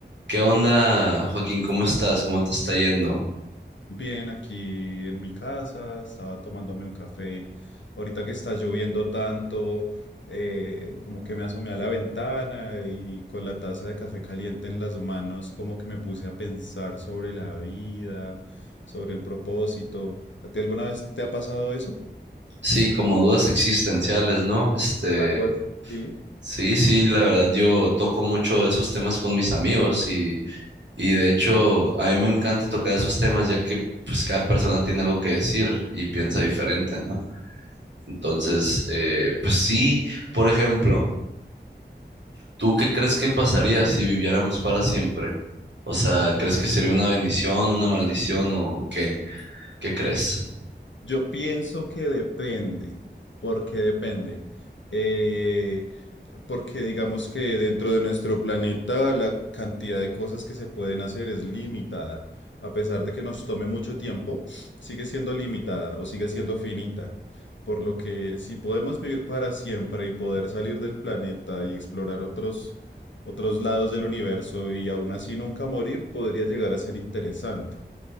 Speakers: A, on the right; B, on the left.
A: ¿Qué onda, Joaquín? ¿Cómo estás? ¿Cómo te está yendo?
B: Bien, aquí en mi casa, estaba tomándome un café. Ahorita que está lloviendo tanto, eh, como que me asomé a la ventana y con la taza de café caliente en las manos, como que me puse a pensar sobre la vida, sobre el propósito. ¿A ti alguna vez te ha pasado eso?
A: Sí, como dudas existenciales, ¿no? Este,
B: Algo así. Sí.
A: sí, sí, la verdad yo toco mucho esos temas con mis amigos y, y de hecho a mí me encanta tocar esos temas ya que pues cada persona tiene algo que decir y piensa diferente, ¿no? Entonces, eh, pues sí, por ejemplo, ¿tú qué crees que pasaría si viviéramos para siempre? O sea, ¿crees que sería una bendición, una maldición o qué? ¿Qué crees?
B: Yo pienso que depende, porque depende. Eh, Porque digamos que dentro de nuestro planeta la cantidad de cosas que se pueden hacer es limitada. A pesar de que nos tome mucho tiempo, sigue siendo limitada o sigue siendo finita. Por lo que si podemos vivir para siempre y poder salir del planeta y explorar otros, otros lados del universo y aún así nunca morir, podría llegar a ser interesante.